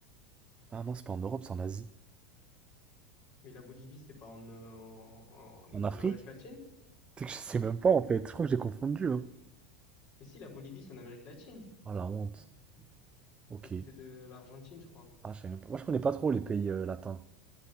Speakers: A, on the right; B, on the left.
A: Ah non, c'est pas en Europe, c'est en Asie.
B: Mais la Bolivie, c'est pas en, euh, en, en-
A: En Afrique?
B: en Amérique latine?
A: <laughs> C'est que je sais même pas en fait. Je crois que j'ai confondu.
B: Mais
A: hein.
B: mais si, la Bolivie, c'est en Amérique latine.
A: Ah la honte. Ok.
B: C'est à côté de l'Argentine, je crois.
A: Ah, je savais même pas. Moi, je connais pas trop les pays euh, latins.